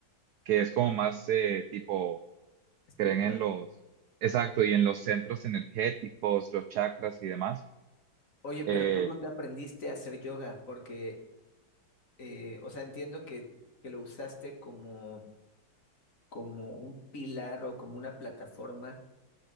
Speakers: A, on the right; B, on the left.
A: que es como más eh, tipo,
B: espiritual.
A: creen en los, exacto, y en los centros energéticos, los chakras y demás.
B: Oye,
A: Eh,
B: pero tú dónde aprendiste a hacer yoga, porque, eh, o sea, entiendo que, que lo usaste como, como un pilar o como una plataforma